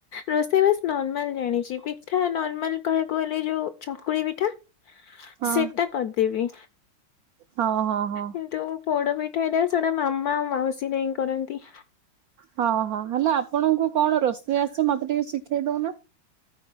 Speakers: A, on the left (about 80°); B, on the right (about 85°).
A: ରୋଷେଇ ବାସ୍ ନର୍ମାଲ ଜାଣିଛି। ପିଠା ନର୍ମାଲ କ କହିବାକୁ ଗଲେ ଯୋଉ ଚକୁଳି ପିଠା
B: ହଁ
A: ସେଟା କରିଦେବି।
B: ହଁ ହଁ ହଁ।
A: କିନ୍ତୁ ପୋଡ ପିଠା ଟ ସେଟା ମାମା ମାଉସୀ ନେଇ କରନ୍ତି।
B: ହଁ ହଁ ହେଲେ ଆପଣଙ୍କୁ କଣ ରୋଷେଇ ଆସେ ମତେ ଟିକେ ଶିଖେଇ ଦଉନ।